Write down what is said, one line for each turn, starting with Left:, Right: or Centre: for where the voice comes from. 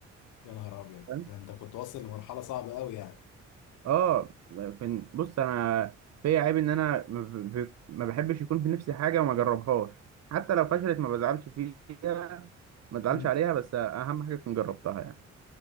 Left: يا نهار ابيض
Right: فاهم
Left: ده انت كنت واصل لمرحله صعبه قوي يعني
Right: اه كان- بص انا فيا عيب ان انا ما ب- ب- ما بحبش يكون في نفسي حاجه وما اجربهاش حتى لو فشلت ما بزعلش فيها ما بزعلش
Left: مم.
Right: عليها بس اهم حاجه كنت جربتها يعني